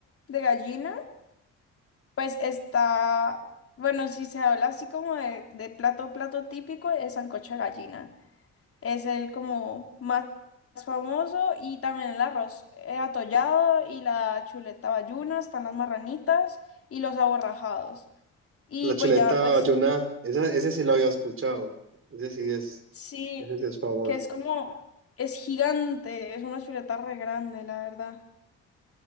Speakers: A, on the left (about 50°); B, on the right (about 45°).
A: de gallina. Pues está, bueno, si se habla así como de, de plato, plato típico, el sancocho de gallina. Es el como más famoso y también el arroz eh, atollado y la chuleta bayuna, están las marranitas y los aborrajados. Y
B: La chuleta
A: pues ya, pues
B: bayona, esa, ese sí lo había escuchado, ese sí es,
A: sí,
B: ese sí es famoso.
A: que es como, es gigante, es una chuleta re grande, la verdad.